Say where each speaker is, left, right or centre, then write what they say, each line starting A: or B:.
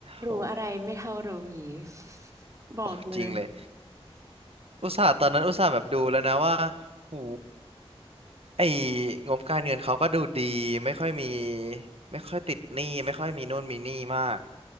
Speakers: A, on the right; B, on the right.
A: รู้อะไรไม่เท่ารู้งี้
B: โอ้
A: <laughs> บอกเลย
B: โอ้จริงเลย อุตส่าห์ตอนนั้นอุตส่าห์แบบดูแล้วนะว่าหูไอ้งบการเงินเขาก็ดูดี ไม่ค่อยมี ไม่ค่อยติดหนี้ไม่ค่อยมีนู่นมีนี่มาก